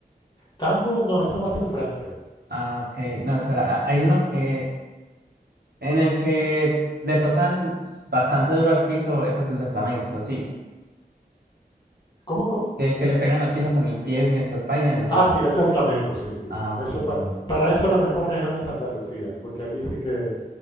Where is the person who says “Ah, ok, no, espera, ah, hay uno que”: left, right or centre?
Right